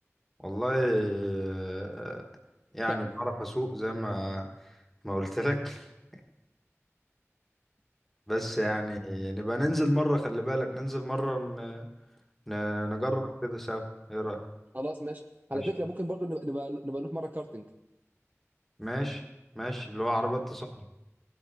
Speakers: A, in the centre; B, on the right.
A: والله آه،
B: بتعرف
A: يعني بعرف اسوق زي ما ما قلت لك <laughs> بس يعني نبقى ننزل مرة خلي بالك ننزل مرة ن... ن... نجرب كده سوا ايه رأيك
B: خلاص ماشي على
A: ماشي
B: فكره ممكن برضه نبقى نبقى, نبقى نروح مره كارتينج
A: ماشي ماشي اللي هو عربيات تصدي